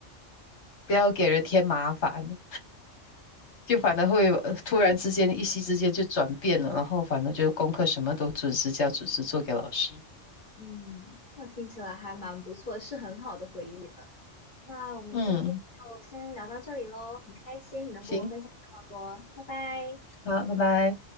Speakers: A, on the left; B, on the left.
A: 不要给人添麻烦，就反而会呃突然之间一夕之间就转变了，然后反正就功课什么都准时交、准时做给老师，
B: 嗯，那听起来还蛮不错，是很好的回忆呢。那我们今天就先聊到这里喽，
A: 嗯，
B: 很开心你能跟我分享这么多，
A: 行，
B: 拜拜。
A: 好，拜拜。